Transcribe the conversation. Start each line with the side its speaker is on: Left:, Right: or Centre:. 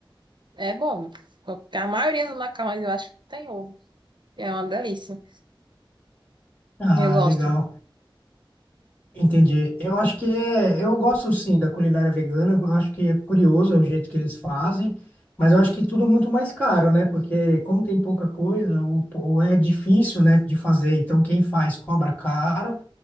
Right: é bom. A maioria dos macarrões eu acho que tem ovo, é uma delícia.
Left: Ah,
Right: Eu gosto.
Left: legal. Entendi. Eu acho que é, eu gosto sim da culinária vegana, eu acho que é curioso o jeito que eles fazem, mas eu acho que tudo muito mais caro, né? Porque como tem pouca coisa, ou, ou é difícil, né, de fazer, então quem faz cobra caro,